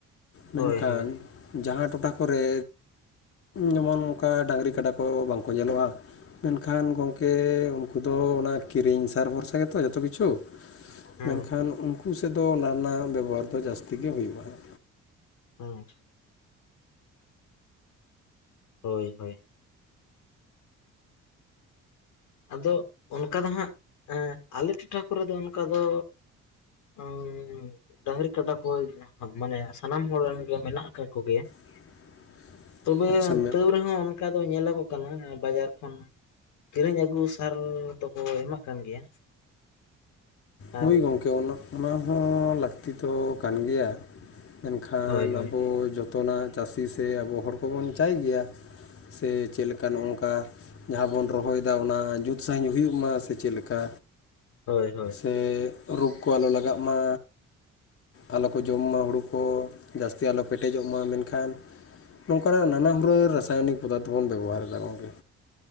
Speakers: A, on the left (about 45°); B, on the left (about 85°).
A: ᱢᱮᱱᱠᱷᱟᱱ
B: ᱦᱳᱭ ᱦᱳᱭ
A: ᱡᱟᱦᱟᱸ ᱴᱚᱴᱷᱟ ᱠᱚᱨᱮ ᱡᱮᱢᱚᱱ ᱚᱝᱠᱟ ᱰᱟᱹᱟᱝᱨᱤ, ᱠᱟᱰᱟ ᱠᱚ ᱵᱟᱝᱠᱚ ᱧᱮᱞᱚᱜᱼᱟ ᱢᱮᱱᱠᱷᱟᱱ ᱜᱚᱝᱠᱮ ᱩᱱᱠᱩ ᱫᱚ ᱚᱱᱟ ᱠᱤᱨᱤᱧ ᱥᱟᱨ ᱵᱷᱚᱨᱥᱟ ᱜᱮ ᱛᱚ ᱡᱚᱛᱚ ᱠᱤᱪᱷᱩ
B: ᱦᱮᱸ
A: ᱢᱮᱱᱠᱷᱟᱱ ᱩᱝᱠᱩ ᱥᱮᱫ ᱫᱚ ᱱᱚᱣᱟ ᱨᱮᱱᱟᱜ ᱵᱮᱵᱚᱦᱟᱨ ᱫᱚ ᱡᱟᱹᱥᱛᱤ ᱜᱮ ᱦᱩᱭᱩᱜᱼᱟ ᱦᱟᱸᱜ᱾
B: ᱦᱩᱸ ᱦᱳᱭ ᱦᱳᱭ ᱟᱫᱚ ᱚᱱᱠᱟ ᱫᱚ ᱦᱟᱸᱜ ᱮᱸᱻ ᱟᱞᱮ ᱴᱚᱴᱷᱟ ᱠᱚᱨᱮ ᱫᱚ ᱚᱱᱠᱟ ᱫᱚ <unintelligible> ᱰᱟᱝᱨᱤ ᱠᱟᱰᱟ ᱠᱚ ᱢᱟᱱᱮ ᱥᱟᱱᱟᱢ ᱦᱚᱲ ᱨᱮᱱ ᱜᱮ ᱢᱮᱱᱟᱜ ᱟᱠᱟᱫ ᱠᱚ ᱜᱮᱭᱟ
A: <inaudible>
B: ᱛᱚᱵᱮ
A: ᱟᱪᱪᱷᱟ ᱢᱮ
B: ᱛᱟᱹᱣ ᱨᱮᱦᱚᱸ ᱚᱱᱠᱟ ᱫᱚ ᱧᱮᱞᱚᱜᱚᱜ ᱠᱟᱱᱟ ᱵᱟᱡᱟᱨ ᱠᱷᱚᱱ ᱠᱤᱨᱤᱧ ᱟᱹᱜᱩ ᱜᱩ ᱥᱟᱨ ᱫᱚ ᱠᱚ ᱮᱢᱟᱜ ᱠᱟᱱ ᱜᱮᱭᱟ
A: ᱦᱳᱭ
B: ᱟᱨ
A: ᱜᱚᱢᱠᱮ ᱚᱱᱟ ᱦᱚᱸ ᱞᱟᱹᱠᱛᱤ ᱫᱚ ᱠᱟᱱ ᱜᱮᱭᱟᱼᱼ ᱢᱮᱱᱠᱷᱟᱱ
B: ᱦᱳᱭ ᱦᱳᱭ
A: ᱟᱵᱚ ᱡᱚᱛᱚᱱᱟᱜ ᱪᱟᱹᱥᱤ ᱥᱮ ᱟᱵᱚ ᱦᱚᱲ ᱠᱚᱵᱚᱱ ᱪᱟᱭ ᱜᱮᱭᱟᱼᱼ ᱥᱮ ᱪᱮᱫ ᱞᱮᱠᱟ ᱱᱚᱝᱠᱟ ᱡᱟᱦᱟᱸ ᱵᱚᱱ ᱨᱚᱦᱚᱭ ᱮᱫᱟ ᱚᱱᱟ ᱡᱩᱛ ᱥᱟᱺᱦᱤᱡ ᱦᱩᱭᱩᱜ ᱢᱟ ᱥᱮ ᱪᱮᱫ ᱞᱮᱠᱟ
B: ᱦᱳᱭ ᱦᱳᱭ
A: ᱥᱮ ᱨᱳᱜ ᱠᱚ ᱟᱞᱚ ᱞᱟᱜᱟᱜ ᱢᱟ ᱟᱞᱚ ᱠᱚ ᱡᱚᱢ ᱢᱟ ᱦᱩᱲᱩ ᱠᱚ ᱡᱟᱹᱥᱛᱤ ᱟᱞᱚ ᱯᱮᱴᱮᱡᱚᱜ ᱢᱟ ᱢᱮᱱᱠᱷᱟᱱ ᱱᱚᱝᱠᱟᱱᱟᱜ ᱱᱟᱱᱟ ᱦᱩᱱᱟᱹᱨ ᱨᱟᱥᱟᱭᱚᱱᱤᱠ ᱯᱚᱫᱟᱨᱛᱷᱚ ᱵᱚᱱ ᱵᱮᱵᱚᱦᱟᱨ ᱮᱫᱟ ᱜᱚᱝᱠᱮ